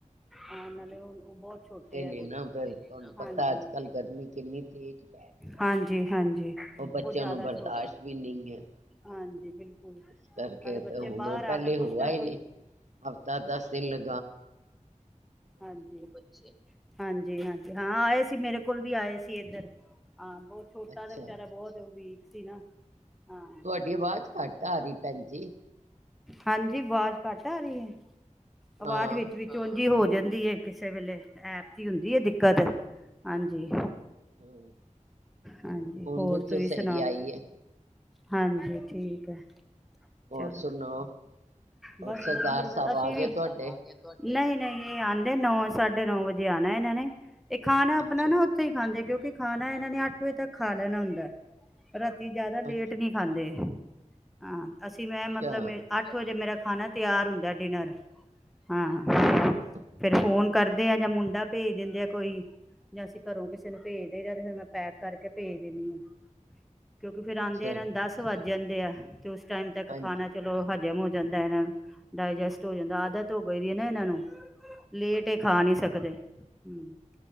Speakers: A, in the centre; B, on the right.
A: ਾਂ ਨਾਲੇ ਹੁ ਉਹ ਬਹੁਤ ਛੋਟੇ
B: ਨੇ
A: ਆ
B: ਨਾ ਫਿਰ ਤੁਹਾਨੂੰ ਪਤਾ
A: ਹਾਂਜੀ
B: ਅੱਜ ਕੱਲ੍ਹ ਗਰਮੀ ਕਿੰਨੀ ਤੇਜ਼ ਪੈ ਰਹੀ ਹੈ
A: ਹਾਂਜੀ ਹਾਂਜੀ
B: ਬੱਚਿਆਂ
A: ਉਹ ਜਿਆਦਾ
B: ਨੂੰ ਬਰਦਾਸ਼ਤ
A: ਛੋ
B: ਵੀ ਨਹੀਂ ਹੈ
A: ਹਾਂਜੀ ਬਿਲਕੁਲ
B: ਇਸ ਕਰਕੇ
A: ਨਾਲੇ ਬੱਚੇ
B: ਤੇ ਹੁਣ
A: ਬਾਹਰ
B: ਉਹ
A: ਆ
B: ਪਹਿਲੇ
A: ਕੇ ਕੁਛ
B: ਹੋਆ
A: ਨਾ
B: ਹੀ ਨਹੀਂ ਹਫ਼ਤਾ ਦਸ ਦਿਨ ਲ
A: ਹਜੀ ਹਾਂਜੀ ਹਾਂਜੀ ਹਾਂ ਆਏ ਸੀ ਮੇਰੇ ਕੋਲ ਵੀ ਆਏ ਸੀ ਇੱਧਰ ਹਾਂ ਬਹੁਤ ਛੋਟਾ
B: ਅੱਛਾ
A: ਤਾਂ ਵਿਚਾਰਾ ਬਹੁਤ ਉਹ ਵੀ ਸੀ ਨਾ ਹਾਂ
B: ਤੁਹਾਡੀ ਆਵਾਜ਼ ਘੱਟ ਆ ਰਹੀ ਭੈਣ ਜੀ
A: ਹਾਂਜੀ ਆਵਾਜ਼ ਘੱਟ ਆ ਰਹੀ ਹੈ ਆਵਾਜ਼
B: ਹਾਂ
A: ਵਿੱਚ ਵੀ ਜ ਹੋ ਜਾਂਦੀ ਕਿਸੇ ਵੇਲੇ ਐਪ ਦੀ ਹੁੰਦੀ ਹੈ ਦਿੱਕਤ ਹਾਂਜੀ
B: ਹਾਂ
A: ਹਾਂਜੀ
B: ਹੁਣ ਹੁਣ
A: ਹੋਰ
B: ਵਿੱਚ
A: ਤੁਸੀਂ
B: ਸਹੀ
A: ਸੁਣਾ
B: ਆਈ ਹੈ
A: ਹਾਂਜੀ ਠੀਕ ਹੈ।
B: ਹੋਰ
A: ਚਲੋ
B: ਸੁਣਾੋ ਹੋਰ
A: ਬਸ
B: ਸਰਦਾਰ
A: ਵਧੀਆ
B: ਸਾਹਿਬ
A: ਅਸੀਂ
B: ਆ
A: ਵੀ
B: ਗਏ ਤੁਹਾਡੇ?
A: ਨਹੀਂ ਨਹੀਂ ਇਹ ਆਉਂਦੇ ਨੌ ਸਾਢੇ ਨੌ ਵਜੇ ਆਉਣਾ ਇਹਨਾਂ ਨੇ। ਇਹ ਖਾਣਾ ਆਪਣਾ
B: ਅੱਛਾ
A: ਨਾ ਉੱਥੇ ਹੀ ਖਾਂਦੇ ਕਿਉਕਿ ਖਾਣਾ ਇਹਨਾਂ ਨੇ ਅੱਠ ਵਜੇ ਤੱਕ ਖਾ ਲੈਣਾ ਹੁੰਦਾ। ਰਾਤੀ ਜਿਆਦਾ ਲੇਟ
B: ਅੱਛਾ
A: ਨਹੀਂ ਖਾਂਦੇ। ਹਾਂ ਅਸੀਂ ਮੈਂ
B: ਅੱਛਾ
A: ਮਤਲਬ ਮੇ ਅੱਠ ਵਜੇ ਮੇਰਾ ਖਾਣਾ ਤਿਆਰ ਹੁੰਦਾ ਡਿਨਰ। ਹਾਂ।
B: ਓ
A: ਫਿਰ ਫੋਨ। ਕਰਦੇ ਆ ਜਾਂ ਮੁੰਡਾ ਭੇਜ ਦਿੰਦੇ ਆ ਕੋਈ ਜਾਂ ਅਸੀਂ ਘਰੋਂ ਕਿਸੇ ਨੂੰ ਭੇਜ ਦੇ ਫਿਰ ਮੈਂ ਪੈਕ ਕਰਕੇ ਭੇਜ ਦਿੰਦੀ ਹਾਂ। ਕਿਉਂਕਿ ਫਿਰ
B: ਅੱਛਾ,
A: ਆਂਦਿਆ ਇਹਨਾਂ ਨੂੰ ਦਸ ਵਜ ਜਾਂਦੇ ਆ ਤੇ ਉਸ ਟਾਈਮ ਤੱਕ
B: ਹਾਂਜੀ
A: ਖਾਣਾ ਚਲੋ ਹਜ ਜ਼ਮ ਹੋ ਜਾਂਦਾ ਐ ਇਹਨਾਂ ਨੁ। ਡਾਇਜੈਸਟ ਹੋ ਜਾਂਦਾ
B: ਹਾਂ
A: ਆਦਤ ਪਈ ਦੀ ਐ ਨਾ ਇਹਨਾਂ ਨੂੰ। ਲੇਟ
B: ਹਾਂ,
A: ਇਹ ਖਾ ਨਹੀਂ ਸਕਦੇ। ਹਮ।